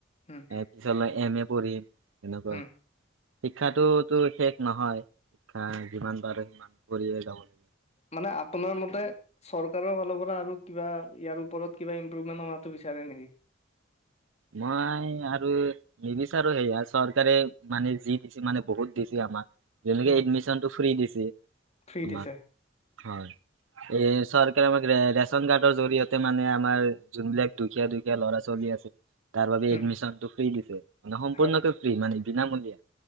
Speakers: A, on the left (about 35°); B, on the right (about 75°).
A: উম,
B: তাৰ পিছলৈ এম এ পঢ়িম সনেকাই।
A: উম।
B: শিক্ষাতোতো শেষ নহয়। শিক্ষা যিমান পাৰে সিমান কৰিয়ে যাব লাগে।
A: মানে আপোনাৰ মতে চৰকাৰৰ ফালৰ পৰা আৰু কিবা ইয়াৰ ওপৰত কিবা ইম্প্ৰুভমেন্ট অনাটো বিচাৰে নেকি?
B: মই আৰু নিবিচাৰো সেয়া চৰকাৰে মানে যি দিছে মানে বহুত দিছে আমাক। যেনেকে
A: উম,
B: এডমিশ্যন টো ফ্ৰী দিছে
A: ফ্ৰী
B: আমাক
A: দিছে
B: হয়। এ চৰকাৰে আমাক ৰেচন কাৰ্ডৰ জৰিয়তে মানে আমাৰ যোনবিলাক দুখীয়া দুখীয়া ল'ৰা ছোৱালী আছে। তাৰ বাবে
A: উম,
B: এডমিশ্যন টো ফ্ৰী দিছে মানে সম্পূৰ্ণকে
A: হয়,
B: ফ্ৰী মানে বিনামূলীয়া।